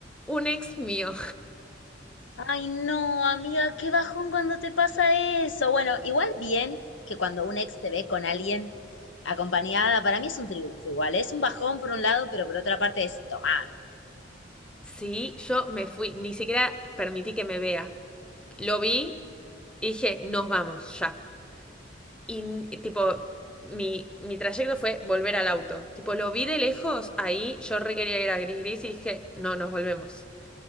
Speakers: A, in the centre; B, on the left.
A: un ex mío.
B: Ay, no, amiga, qué bajón cuando te pasa eso. Bueno, igual bien que cuando un ex te ve con alguien acompañada, para mí es un triunfo igual. Es un bajón por un lado, pero por otra parte es tomá.
A: Sí, yo me fui, ni siquiera permití que me vea. Lo vi y dije, nos vamos ya. Y n- tipo, mi, mi trayecto fue volver al auto. Tipo, lo vi de lejos, ahí yo re quería ir a Gris Gris y dije, no, nos volvemos.